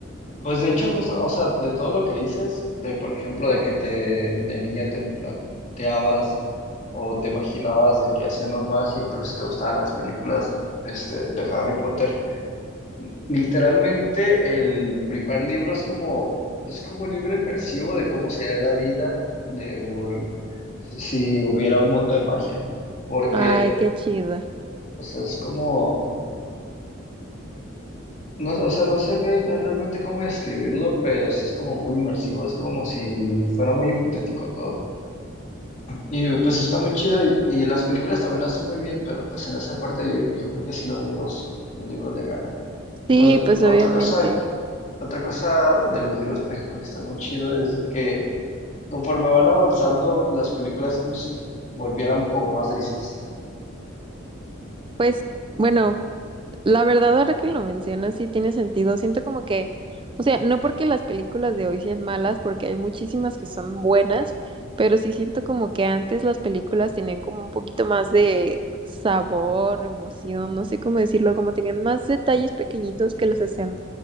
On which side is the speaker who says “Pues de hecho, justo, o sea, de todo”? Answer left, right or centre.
Left